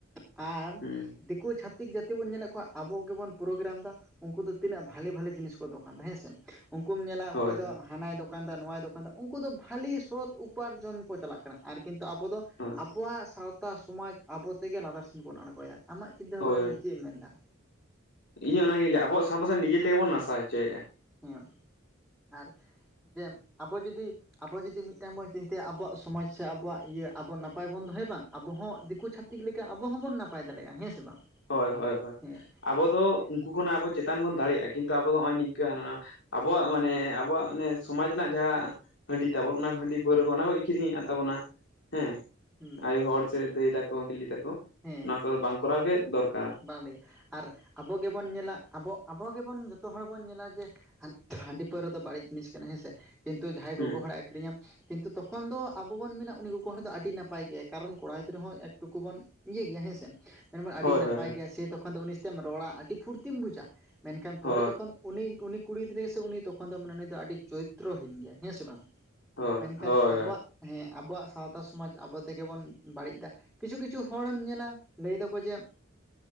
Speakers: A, in the centre; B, on the left (about 60°).
A: ᱟᱨ
B: ᱦᱩᱸ
A: ᱩᱱᱠᱩ ᱪᱷᱟᱛᱤᱠ ᱡᱟᱹᱛᱤ ᱵᱚᱱ ᱧᱮᱞᱮᱫ ᱠᱚᱣᱟ ᱟᱵᱚ ᱜᱮᱵᱚᱱ ᱯᱨᱳᱜᱨᱟᱢ ᱫᱟ ᱩᱱᱠᱩ ᱫᱚ ᱛᱤᱱᱟᱹᱜ ᱵᱷᱟᱞᱮ ᱵᱷᱟᱞᱮ ᱡᱤᱱᱤᱥ ᱠᱚ ᱫᱚᱠᱟᱱ ᱦᱮᱸᱥᱮ ᱩᱱᱠᱩᱢ ᱧᱮᱞᱟ
B: ᱦᱳᱭ
A: ᱚᱠᱚᱭ ᱫᱚ
B: ᱦᱳᱭ
A: ᱦᱟᱱᱟᱭ ᱫᱚᱠᱟᱱ ᱫᱚᱠᱟᱱ ᱫᱟ ᱱᱚᱣᱟᱭ ᱫᱚᱠᱟᱱ ᱫᱟ ᱩᱱᱠᱩ ᱫᱚ ᱵᱷᱟᱞᱤ ᱥᱚᱛ ᱩᱯᱟᱨᱡᱚᱱ ᱠᱚ ᱪᱟᱞᱟᱜ ᱠᱟᱱᱟ ᱟᱨ ᱠᱤᱱᱛᱩ ᱟᱵᱚ ᱫᱚ
B: ᱦᱳᱭ
A: ᱟᱵᱚᱣᱟᱜ ᱥᱟᱶᱛᱟ ᱥᱚᱢᱟᱡᱽ ᱟᱵᱚ ᱛᱮᱜᱮ ᱞᱟᱛᱟᱨ ᱥᱮᱱ ᱵᱚᱱ ᱟᱸᱬᱜᱚᱭᱫᱟ ᱟᱢᱟᱜ ᱪᱤᱱᱛᱟᱹ
B: ᱦᱳᱭ
A: ᱵᱷᱟᱵᱱᱟ ᱱᱤᱭᱟᱹ ᱪᱮᱜ ᱮᱢ ᱢᱮᱱᱫᱟ ᱟᱢ
B: ᱤᱧ ᱦᱚ ᱚᱱᱟ ᱜᱮᱧ ᱞᱟᱹᱭᱮᱜᱼᱟ ᱟᱵᱚᱣᱟᱜ ᱥᱟᱶᱛᱟ ᱥᱚᱢᱟᱡᱽ ᱱᱤᱡᱮ ᱛᱮᱜᱵᱚᱱ ᱱᱟᱥᱟ ᱦᱚᱪᱚᱭᱮᱜᱼᱟ᱾
A: ᱦᱮᱸ ᱟᱨ ᱡᱮ ᱟᱵᱚ ᱡᱩᱫᱤ ᱟᱵᱚ ᱡᱩᱫᱤ ᱢᱤᱫᱴᱟᱝ ᱵᱚᱱ ᱪᱤᱱᱛᱟᱹᱭᱟ ᱟᱵᱚᱣᱟᱜ ᱥᱚᱢᱟᱡᱽ ᱥᱮ ᱟᱵᱚᱣᱟᱜ ᱤᱭᱟᱹ ᱟᱵᱚ ᱱᱟᱯᱟᱭ ᱵᱚᱱ ᱫᱚᱦᱚᱭᱟ ᱵᱟᱝ ᱟᱵᱚ ᱦᱚᱸ ᱫᱤᱠᱩ ᱪᱷᱟᱛᱤᱠ ᱞᱮᱠᱟ ᱟᱵᱚ ᱦᱚᱸᱵᱚᱱ ᱱᱟᱯᱟᱭ ᱫᱟᱲᱮᱜᱼᱟ ᱦᱮᱸ ᱥᱮ ᱵᱟᱝ
B: ᱦᱚᱭ ᱦᱚᱭ ᱦᱚᱭ
A: ᱦᱮᱸ
B: ᱟᱵᱚ ᱫᱚ ᱩᱱᱠᱩ ᱠᱷᱚᱱᱟᱜ ᱟᱵᱚ ᱪᱮᱛᱟᱱ ᱵᱚᱱ ᱫᱟᱲᱮᱭᱟᱜᱼᱟ ᱠᱤᱱᱛᱩ ᱟᱵᱚ ᱫᱚ ᱱᱚᱜᱼᱚᱭ ᱱᱤᱝᱠᱟᱹ ᱦᱟᱱᱟ ᱟᱵᱚᱣᱟᱜ ᱢᱟᱱᱮ ᱟᱵᱚᱣᱟᱜ ᱚᱱᱮ ᱥᱚᱢᱟᱡᱽ ᱨᱮᱱᱟᱜ ᱡᱟᱦᱟᱸ ᱦᱟᱺᱰᱤ ᱛᱟᱵᱚᱱ ᱚᱱᱟ ᱦᱟᱺᱰᱤ ᱯᱟᱹᱣᱨᱟᱹ ᱠᱚ ᱚᱱᱟ ᱠᱚ ᱟᱹᱠᱷᱨᱤᱧᱮᱫ ᱛᱟᱵᱚᱱᱟ ᱦᱮᱸ
A: ᱦᱩᱸ
B: ᱟᱭᱳ ᱦᱚᱲ ᱥᱮ ᱫᱟᱹᱭ ᱛᱟᱠᱚ ᱦᱤᱞᱤ ᱛᱟᱠᱚ
A: ᱦᱮᱸ
B: ᱚᱱᱟ ᱠᱚᱫᱚ ᱵᱟᱝ ᱠᱚᱨᱟᱣ ᱜᱮ ᱫᱚᱨᱠᱟᱨᱟ᱾
A: ᱵᱟᱝ ᱞᱟᱹᱭᱟ ᱟᱨ ᱟᱵᱚ ᱜᱮᱵᱚᱱ ᱧᱮᱞᱟ ᱟᱵᱚ ᱟᱵᱚᱜᱮᱵᱚᱱ ᱡᱚᱛᱚ ᱦᱚᱲ ᱵᱚᱱ ᱧᱮᱞᱟ ᱡᱮ ᱦᱟᱺᱰᱤ ᱯᱟᱹᱣᱨᱟᱹ ᱫᱚ ᱵᱟᱹᱲᱤᱡ ᱡᱤᱱᱤᱥ ᱠᱟᱱᱟ ᱦᱮᱸᱥᱮ ᱠᱤᱱᱛᱩ ᱡᱟᱦᱟᱸᱭ
B: ᱦᱩᱸ
A: ᱜᱳᱜᱳ ᱦᱚᱲᱮ ᱟᱹᱷᱨᱤᱧᱟ ᱠᱤᱱᱛᱩ ᱛᱚᱠᱷᱚᱱ ᱫᱚ ᱟᱵᱚ ᱵᱚᱱ ᱢᱮᱱᱟ ᱩᱱᱤ ᱜᱳᱜᱳ ᱦᱚᱲ ᱫᱚ ᱟᱹᱰᱤ ᱱᱟᱯᱟᱭ ᱜᱮᱭᱟ ᱠᱟᱨᱚᱱ ᱠᱚᱲᱟ ᱜᱤᱫᱽᱨᱟᱹ ᱦᱚᱸ ᱮᱠᱴᱩᱠᱩ ᱵᱚᱱ ᱤᱭᱟᱹ ᱜᱮᱭᱟ ᱦᱮᱸᱥᱮ ᱢᱮᱱᱟᱵᱟᱱ ᱟᱹᱰᱤ
B: ᱦᱳᱭ
A: ᱱᱟᱯᱟᱭ
B: ᱦᱳᱭ
A: ᱜᱮᱭᱟ ᱥᱮ ᱛᱚᱠᱷᱚᱱ ᱫᱚ ᱩᱱᱤ ᱥᱟᱛᱮᱢ ᱨᱚᱲᱟ ᱟᱹᱰᱤ ᱯᱷᱩᱨᱛᱤᱢ ᱵᱩᱡᱟ ᱢᱮᱱᱠᱷᱟᱱ ᱯᱚᱨᱮ
B: ᱦᱳᱭ
A: ᱡᱚᱠᱷᱚᱱ ᱩᱱᱤ ᱩᱱᱤ ᱠᱩᱲᱤ ᱜᱤᱫᱽᱨᱟᱹ ᱥᱮ ᱩᱱᱤ ᱛᱚᱠᱷᱚᱱ ᱫᱚ ᱢᱟᱱᱮ ᱩᱱᱤ ᱫᱚ ᱟᱹᱰᱤ ᱪᱚᱨᱤᱛᱨᱚᱦᱤᱱ ᱜᱮᱭᱟᱭ ᱦᱮᱸ ᱥᱮ ᱵᱟᱝ
B: ᱦᱳᱭ
A: ᱢᱮᱱᱠᱷᱟᱱ
B: ᱦᱳᱭ
A: ᱟᱵᱚᱣᱟᱜ ᱦᱮᱸ ᱟᱵᱚᱣᱟᱜ ᱥᱟᱶᱛᱟ ᱛᱟ ᱥᱚᱢᱟᱡᱽ ᱟᱵᱚ ᱛᱮᱜᱮ ᱵᱚᱱ ᱵᱟᱹᱲᱤᱡ ᱮᱫᱟ ᱠᱤᱪᱷᱩ ᱠᱤᱪᱷᱩ ᱦᱚᱲᱮᱢ ᱧᱮᱞᱟ ᱞᱟᱹᱭ ᱫᱟᱠᱚ ᱡᱮ